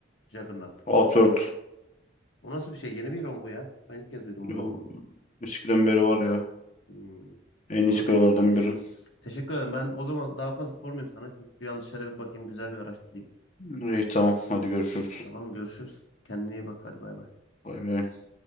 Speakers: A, on the left; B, on the left.
A: Juggernaut.
B: Outward.
A: Bu nasıl bir şey? Yeni bir hero bu ya. Ben ilk kez duydum bunun
B: Yol-
A: adını.
B: Eskiden beri var ya.
A: Hmm,
B: En
A: Doğru
B: eski
A: bildin
B: yollardan
A: kardeşim.
B: biri.
A: Teşekkür ederim. Ben o zaman daha fazla sormayayım sana. Çünkü şu yanlışlara bir bakayım. Güzel bir araştırayım.
B: İyi tamam. Hadi görüşürüz.
A: Tamam mı? Görüşürüz. Kendine iyi bak. Hadi bay bay.
B: Bay bay.